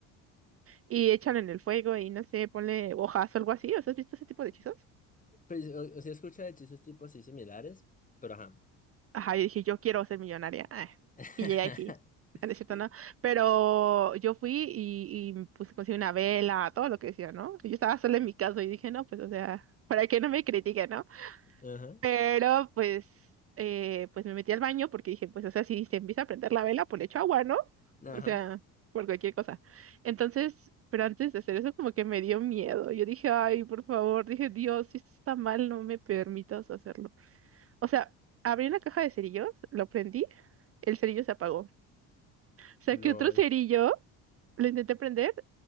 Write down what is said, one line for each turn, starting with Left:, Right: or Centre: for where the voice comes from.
Right: y échalo en el fuego y no sé, ponle hojas o algo así. ¿O sea, has visto ese tipo de hechizos?
Left: Pero o, o sea, escucha de hechizos tipo así similares, pero ajá.
Right: Ajá, yo dije, yo quiero ser millonaria. Ah,
Left: <laughs>
Right: Y llegué aquí. Ah, no Es cierto,
Left: Y-
Right: ¿no? Pero yo fui y, y me puse, conseguí una vela, todo lo que decía, ¿no? Yo estaba sola en mi casa y dije, no, pues, o sea, para que no me critiquen, ¿no?
Left: Ajá,
Right: Pero, pues, eh, pues me metí al baño porque dije, pues, o sea, si se empieza a prender la vela, pues le echo agua, ¿no?
Left: ajá,
Right: O sea, por cualquier cosa. Entonces, pero antes de hacer eso, como que me dio miedo. Yo dije, ay, por favor, dije, Dios, si esto está mal, no me permitas hacerlo. O sea, abrí la caja de cerillos, lo prendí, el cerillo se apagó. Saqué
Left: lol.
Right: otro cerillo, lo intenté prender